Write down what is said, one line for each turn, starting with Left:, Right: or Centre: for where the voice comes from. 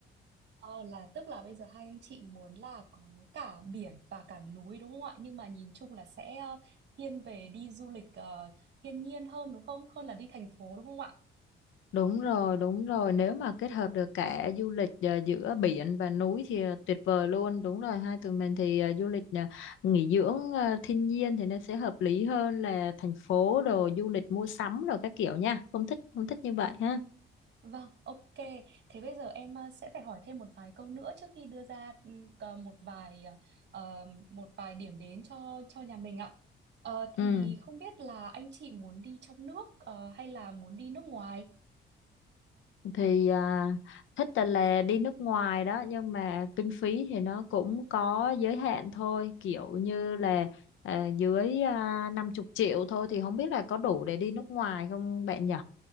Right: Ờ, là tức là bây giờ hai anh chị muốn là có cả biển và cả núi đúng không ạ? Nhưng mà nhìn chung là sẽ ờ, thiên về đi du lịch ờ, thiên nhiên hơn đúng không? Hơn là đi thành phố đúng không ạ?
Left: Đúng rồi, đúng rồi. Nếu mà kết hợp được cả du lịch ờ, giữa biển và núi thì ờ, tuyệt vời luôn. Đúng rồi, hai tụi mình thì ờ, du lịch ờ, nghỉ dưỡng ờ, thiên nhiên thì nó sẽ hợp lý hơn là thành phố đồ du lịch mua sắm rồi các kiểu nha. Không thích, không thích như vậy ha.
Right: Vâng, ok. Thế bây giờ em ờ, sẽ phải hỏi thêm một vài câu nữa trước khi đưa ra ừ, cờ- một vài ờ, một vài điểm đến cho cho nhà mình ạ. Ờ, thì
Left: Ừ,
Right: không biết là anh chị muốn đi trong nước ờ, hay là muốn đi nước ngoài?
Left: thì à, thích là, là đi nước ngoài đó nhưng mà kinh phí thì nó cũng có giới hạn thôi. Kiểu như là à, dưới uh, 50 triệu thôi thì không biết là có đủ để đi nước ngoài không bạn nhỉ?